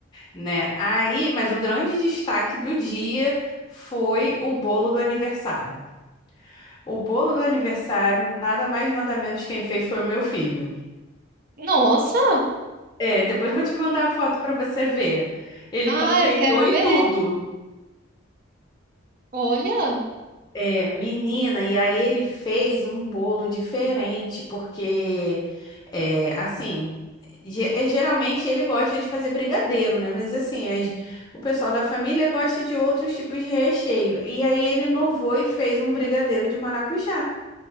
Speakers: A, on the left; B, on the right.
A: né? Aí, mas o grande destaque do dia foi o bolo do aniversário. O bolo do aniversário, nada mais, nada menos quem fez foi o meu filho.
B: Nossa.
A: É, depois eu vou te mandar a foto para você ver. Ele
B: Ah,
A: confeitou
B: eu quero
A: e
B: ver.
A: tudo.
B: Olha,
A: É, menina, e aí ele fez um bolo diferente, porque, é, assim, ge- é, geralmente ele gosta de fazer brigadeiro, né? Mas, assim, as- o pessoal da família gosta de outros tipos de recheio. E aí ele inovou e fez um brigadeiro de maracujá.